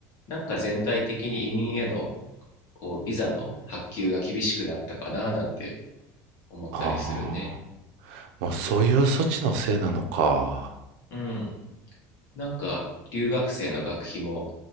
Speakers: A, on the left; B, on the right.
A: なんか全体的に移民へのこうビザの発給が厳しくなったかななんて思ったりするね。
B: ああー、もうそういう措置のせいなのか。
A: うん。なんか留学生の学費も